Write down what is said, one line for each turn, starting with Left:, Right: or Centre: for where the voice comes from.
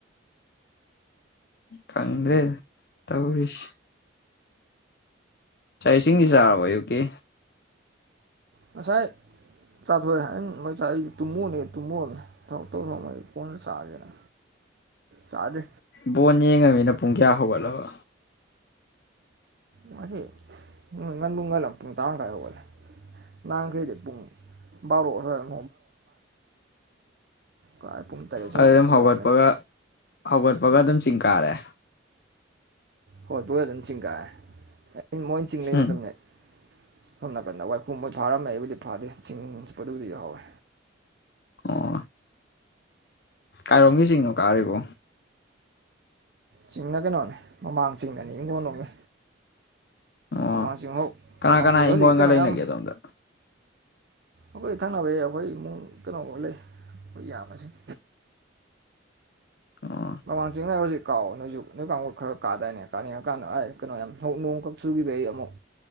Left: ꯈꯪꯗ꯭ꯔꯦꯅꯦ ꯇꯧꯔꯤꯁꯦ ꯆꯥꯛ ꯏꯁꯤꯡꯗꯤ ꯆꯥꯔꯕꯣ ꯑꯌꯨꯛꯀꯤ
Right: ꯉꯁꯥꯏ ꯆꯥꯊꯣꯏ ꯎꯝ ꯃꯣꯏ ꯆꯥꯛ ꯑꯩꯗꯤ ꯇꯨꯝꯃꯨꯅꯦ ꯇꯨꯝꯃꯨ ꯊꯕꯛ ꯇꯧꯗꯧ ꯃꯩ ꯀꯣꯟꯅꯥ ꯆꯥꯒꯦꯅ ꯆꯥꯗꯦ
Left: ꯕꯣꯣꯟ ꯌꯦꯡꯉꯃꯤꯅ ꯄꯨꯡ ꯀꯌꯥ ꯍꯧꯒꯠꯂꯕ
Right: ꯉꯁꯤ ꯉꯟꯕꯨꯨꯡ ꯉꯜꯂ ꯄꯨꯡ ꯇꯔꯥꯈꯥꯏ ꯌꯒꯜꯂꯦ ꯅꯥꯀꯩꯗ <unintelligible> ꯀ ꯄꯨꯡ ꯇꯔꯦꯠ ꯁꯋꯥꯏ
Left: ꯑꯗꯨ ꯑꯗꯨꯝ
Right: ꯇꯨꯝꯁꯤꯜꯂꯛꯑꯕꯃꯤꯅ
Left: ꯍꯧꯒꯠꯄꯒ ꯍꯧꯒꯠꯄꯒ ꯑꯗꯨꯝ ꯆꯤꯡ ꯀꯥꯔꯦ
Right: ꯍꯣꯏ ꯄꯨ ꯑꯗꯨꯝ ꯆꯤꯡꯒꯥꯏꯑꯦ ꯃꯣꯏ ꯆꯤꯡ ꯂꯩꯕ
Left: ꯎꯝ
Right: ꯃꯇꯝꯅꯦ ꯁꯣꯝ ꯅꯥꯀꯟꯗ ꯋꯥꯏꯈꯨꯝꯕꯣꯏ ꯐꯥꯔꯝꯃꯦ ꯑꯩꯕꯨꯗꯤ ꯐꯥꯗꯦ ꯆꯤꯡ ꯆꯠꯄꯗꯨꯕꯨꯗꯤ ꯌꯥꯎꯋꯦ
Left: ꯑꯣ ꯀꯥꯏꯔꯣꯝꯒꯤ ꯆꯤꯡꯅꯣ ꯀꯥꯔꯤꯕꯣ
Right: ꯆꯤꯡꯅ ꯀꯩꯅꯣꯅꯦ ꯃꯃꯥꯡ ꯆꯤꯡꯗꯅꯤ ꯏꯪꯈꯣꯟꯜ ꯅꯨꯡꯃꯤ
Left: ꯑꯣ
Right: ꯃꯃꯥꯡꯁꯤꯡ ꯍꯧ
Left: ꯀꯅꯥ
Right: ꯃꯃꯥꯡꯁꯤꯡꯗꯣ
Left: ꯀꯅꯥ ꯏꯪꯈꯣꯜꯒ
Right: ꯍꯧꯖꯤꯛ ꯀꯩꯅꯣ
Left: ꯂꯩꯅꯒꯦ
Right: ꯌꯥꯝ
Left: ꯑꯗꯣꯝꯗ
Right: ꯑꯩꯈꯣꯏ ꯊꯪꯅꯕꯩ ꯑꯩꯈꯣꯏ ꯏꯃꯨꯡ ꯀꯩꯅꯣꯐꯧ ꯂꯩ ꯑꯩꯈꯣꯏ ꯌꯥꯕꯁꯤꯡ
Left: ꯑꯣ
Right: ꯃꯃꯥꯡ ꯆꯤꯡꯉ ꯍꯧꯖꯤꯛ ꯀꯥꯎꯑꯣ ꯅꯣꯏꯁꯨ ꯅꯣꯏ ꯀꯥꯡꯕꯨ ꯈꯔ ꯀꯥꯗꯥꯏꯦꯅꯦ ꯀꯥꯅꯤꯡꯉ ꯀꯥꯟꯗ ꯑꯩꯥꯏ ꯀꯩꯅꯣ ꯌꯥꯝꯣꯡ ꯅꯣꯡꯛ ꯁꯨꯈꯤꯕ ꯑꯩ ꯑꯃꯨꯛ